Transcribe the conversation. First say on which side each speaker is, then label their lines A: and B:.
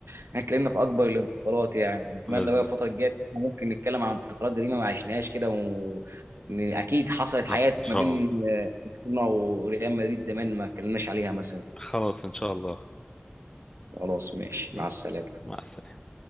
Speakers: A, on the right; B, on the left.
A: احنا اتكلمنا في اكبر الانتقالات يعني اتمنى
B: بالظبط
A: بقى الفتره الجايه إحنا ممكن نتكلم عن انتقالات قديمه ما عشناهاش كده و... إن اكيد حصلت
B: صح
A: حاجات
B: ان شاء
A: ما بين
B: الله
A: برشلونه وريال مدريد زمان ما اتكلمناش عليها مثلا
B: خلاص ان شاء الله
A: خلاص ماشي
B: ماشي
A: مع السلامه
B: مع السلامة